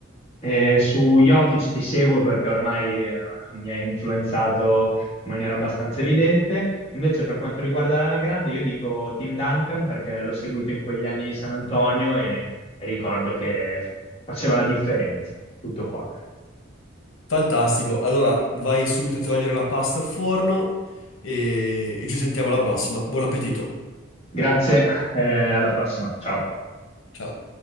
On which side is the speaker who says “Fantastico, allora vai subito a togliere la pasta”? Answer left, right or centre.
Left